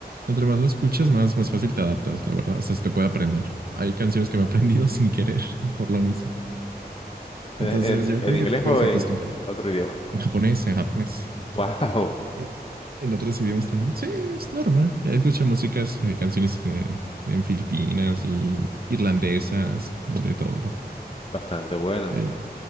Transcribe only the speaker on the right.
Entre más lo escuchas, más, más fácil te adaptas, la verdad. Hasta se te puede aprender. Hay canciones que me he aprendido sin querer <laughs> por lo mismo. Entonces,
yo
creo
que te puedes
acostumbrar.
En japonés, en japonés.
Eh, En otros idiomas también. Sí, es normal. Escucho músicas, eh, canciones eh, en Filipinas y irlandesas, de todo un poco.
Eh,